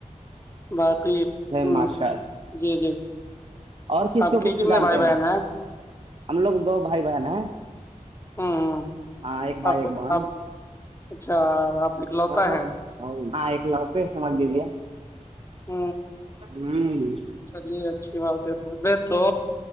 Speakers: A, on the left; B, on the right.
A: باقی ہ
B: ماشاء اللہ
A: جی جی
B: اور کس
A: آپ
B: کو
A: کے
B: کس
A: کتنے
B: کو جانتے
A: بھائی بہن
B: آپ؟
A: ہیں
B: ہم لوگ دو بھائی بہن ہیں
A: ہ
B: ہاں ایک بھائی
A: آپ
B: ایک بہن
A: آپ اچھا آپ اکلوتا
B: ب
A: ہے
B: ہاں ایک لوپی سمج دیلی ہے
A: ہ
B: ہوں
A: چلیے اچھی بات ہے ت بی تو